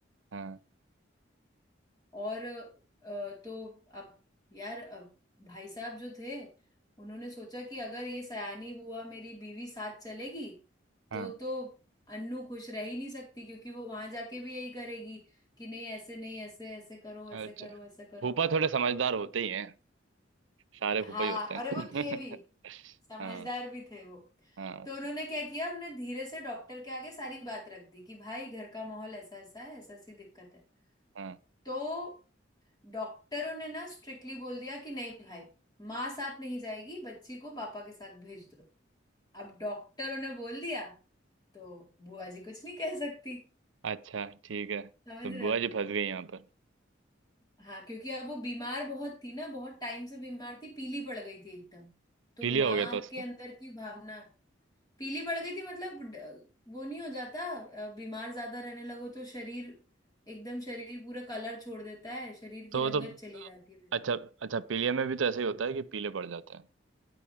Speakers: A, on the right; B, on the left.
A: हाँ
B: और अ, तो अब यार अब भाई साहब जो थे उन्होंने सोचा कि अगर ये सयानी बुआ मेरी बीवी साथ चलेगी
A: हाँ
B: तो तो अन्नू खुश रह ही नहीं सकती क्योंकि वो वहां जाके भी यही करेगी कि नहीं ऐसे नहीं ऐसे ऐसे करो ऐसे
A: अच्छा
B: करो ऐसे करो
A: फूफा थोड़े समझदार होते ही हैं सारे
B: हाँ
A: फूफा ही होते हैं
B: अरे वो थे भी
A: <laughs>
B: समझदार
A: हाँ
B: भी थे वो
A: हाँ
B: तो उन्होंने क्या किया उन्होंने धीरे से डॉक्टर के आगे सारी बात रख दी कि भाई घर का माहौल ऐसा ऐसा है ऐसा ऐसी दिक्कत है
A: हाँ
B: तो डॉक्टरों ने ना स्ट्रिक्टली बोल दिया कि नहीं भाई माँ साथ नहीं जाएगी बच्ची को पापा के साथ भेज दो अब डॉक्टरों ने बोल दिया तो बुआ जी कुछ नहीं कह सकती
A: अच्छा ठीक है
B: समझ
A: तो
B: रहे
A: बुआ
B: हो
A: जी फंस गई यहाँ पर
B: हाँ क्योंकि अब वो बीमार बहुत थी ना बहुत टाइम से बीमार थी पीली पड़ गई थी एकदम तो
A: पीलिया
B: माँ
A: हो गया था उसको
B: के अंदर की भावना पीली पड़ गई थी मतलब ड- वो नहीं हो जाता अ, बीमार ज्यादा रहने लगो तो शरीर एकदम शरीर पूरा कलर छोड़ देता है शरीर की
A: तो
B: रंगत
A: वो तो
B: चली जाती है
A: अच्छा अच्छा पीलिया में भी तो ऐसे ही होता है कि पीले पड़ जाते हैं